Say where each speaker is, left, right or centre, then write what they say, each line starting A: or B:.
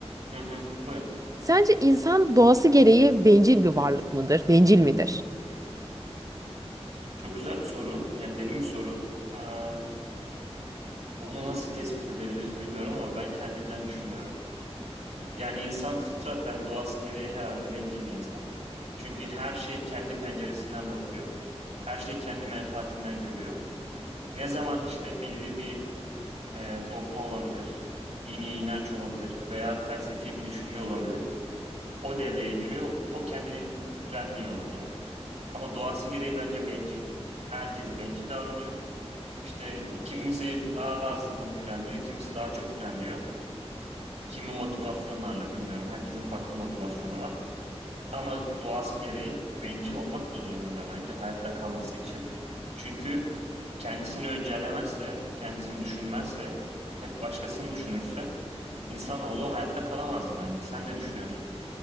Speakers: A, on the right; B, on the right.
A: Hı hı. Buyur.
B: Sence insan doğası gereği bencil bir varlık mıdır? Bencil midir?
A: Çok güzel bir soru. Yani derin bir soru. Ee, bunu nasıl tespit edebiliriz bilmiyorum ama ben kendimden düşünüyorum. Yani insan fıtraten doğası gereği herhalde bencil bir insan. Çünkü her şey kendi penceresinden bakıyor. Her şey kendi menfaatinden görüyor. Ne zaman işte belli bir e, dogma olabilir, dini inanç olabilir veya felsefi bir düşünce olabilir. O devreye giriyor. O kendini frenliyor o zaman. Ama doğası gereği bence bencil. Herkes bencil davranıyor. İşte kimisi daha az bunu frenliyor, kimisi daha çok frenliyor. Kimi motivasyonlarla bilmiyorum. Herkesin farklı motivasyonu var. Ama doğası gereği bencil olmak da zorunda bence hayatta kalması için. Çünkü kendisini öncelemezse, kendisini düşünmezse, hep başkasını düşünürse insanoğlu hayatta kalamazdı bence. Sen ne düşünüyorsun?